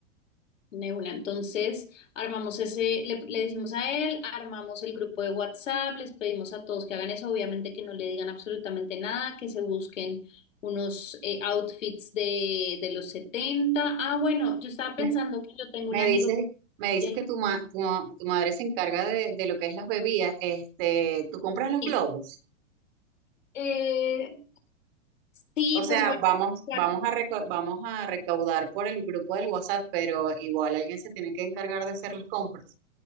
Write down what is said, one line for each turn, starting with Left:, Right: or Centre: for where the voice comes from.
Left: De una. Entonces, armamos ese, le, le decimos a él, armamos el grupo de WhatsApp, les pedimos a todos que hagan eso, obviamente que no le digan absolutamente nada, que se busquen unos eh, outfits de, de los setenta Ah, bueno, yo estaba
Right: Me,
Left: pensando que yo tengo
Right: me
Left: un amigo
Right: dices,
Left: que
Right: me
Left: es
Right: dices
Left: DJ.
Right: que tu, ma- tu, ma- tu madre se encarga de, de lo que es las bebidas. Este, tú compras los
Left: sí,
Right: globos.
Left: Eh, sí,
Right: O sea,
Left: pues voy
Right: vamos,
Left: a buscar.
Right: vamos a reco- vamos a recaudar por el grupo del WhatsApp, pero igual alguien se tiene que encargar de hacer las compras.